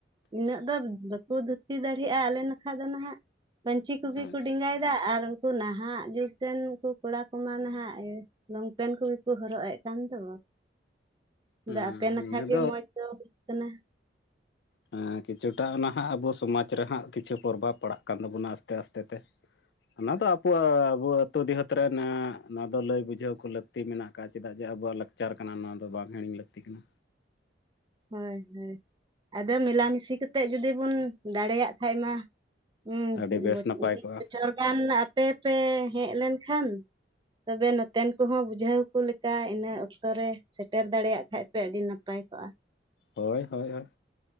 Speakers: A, on the right (about 25°); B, on the left (about 65°).
A: ᱤᱱᱟᱹᱜ ᱫᱚ ᱵᱟᱠᱚ ᱫᱷᱩᱛᱤ ᱫᱟᱹᱲᱦᱤᱜᱼᱟ ᱟᱞᱮ ᱱᱟᱠᱷᱟᱡ ᱫᱚ ᱱᱟᱦᱟᱜ ᱯᱟᱹᱧᱪᱤ ᱠᱚᱜᱮ
B: ᱟᱪᱪᱷᱟ
A: ᱠᱚ ᱰᱮᱸᱜᱟᱭ ᱟᱨ ᱩᱱᱠᱩ ᱱᱟᱦᱟᱜ ᱡᱩᱜᱽ ᱨᱮᱱ ᱠᱚ ᱠᱚᱲᱟ ᱠᱚᱢᱟ ᱱᱟᱦᱟᱜ ᱞᱚᱝᱯᱮᱱ ᱠᱚᱜᱮ ᱠᱚ ᱦᱚᱨᱚᱜ ᱮᱫ ᱠᱟᱱ ᱫᱚ᱾ ᱟᱫᱚ
B: ᱦᱮᱸ
A: ᱟᱯᱮ ᱱᱟᱠᱷᱟ
B: ᱱᱤᱭᱟᱹ
A: ᱜᱮ ᱢᱚᱸᱡᱽ ᱫᱚ ᱦᱩᱭᱩᱜ ᱠᱟᱱᱟ᱾
B: ᱦᱮᱸ ᱠᱤᱪᱷᱩᱴᱟ ᱚᱱᱟ ᱦᱟᱸᱜ ᱟᱵᱚ ᱥᱚᱢᱟᱡᱽ ᱨᱮ ᱦᱟᱸᱜ ᱠᱤᱪᱷᱩ ᱯᱨᱚᱵᱷᱟᱵᱽ ᱯᱟᱲᱟᱜ ᱠᱟᱱ ᱛᱟᱵᱚᱱᱟ ᱟᱥᱛᱮ ᱟᱥᱛᱮ ᱛᱮ᱾ ᱚᱱᱟ ᱫᱚ ᱟᱵᱚ ᱟᱹᱛᱩ ᱫᱤᱦᱟᱹᱛ ᱨᱮᱱ ᱱᱚᱣᱟ ᱫᱚ ᱞᱟᱹᱭ ᱵᱩᱡᱷᱟᱹᱣ ᱠᱚ ᱞᱟᱹᱠ ᱪᱮᱫᱟᱜ ᱡᱮ ᱟᱵᱚᱣᱟᱜ ᱞᱟᱠᱪᱟᱨ ᱠᱟᱱᱟ ᱱᱚᱣᱟ ᱫᱚ ᱵᱟᱝ ᱦᱤᱲᱤᱧ ᱞᱟᱹᱠᱛᱤ ᱠᱟᱱᱟ᱾
A: ᱦᱳᱭ ᱦᱳᱭ ᱟᱫᱚ ᱢᱮᱞᱟ ᱢᱤᱥᱤ ᱠᱟᱛᱮᱫ ᱡᱩᱫᱤ ᱵᱚᱱ ᱫᱟᱲᱮᱭᱟᱜ ᱠᱷᱟᱱ ᱢᱟ ᱦᱩᱸ
B: ᱟᱹᱰᱤ ᱵᱮᱥ
A: ᱵᱚᱪᱽ
B: ᱱᱟᱯᱟᱭ
A: ᱢᱤᱫ
B: ᱠᱚᱜᱼᱟ
A: ᱵᱚᱪᱷᱚᱨ ᱜᱟᱱ ᱟᱯᱮ ᱯᱮ ᱦᱮᱡ ᱞᱮᱱᱠᱷᱟᱱ ᱛᱚᱵᱮ ᱱᱚᱛᱮᱱ ᱠᱚᱦᱚᱸ ᱵᱩᱡᱷᱟᱹᱣ ᱠᱚ ᱞᱮᱠᱟ ᱤᱱᱟᱹ ᱚᱠᱛᱚ ᱨᱮ ᱥᱮᱴᱮᱨ ᱫᱟᱲᱮᱭᱟᱜ ᱠᱷᱟᱱᱡ ᱯᱮ ᱟᱹᱰᱤ ᱱᱟᱯᱟᱭ ᱠᱚᱜᱼᱟ᱾
B: ᱦᱳᱭ ᱦᱳᱭ ᱦᱳᱭ᱾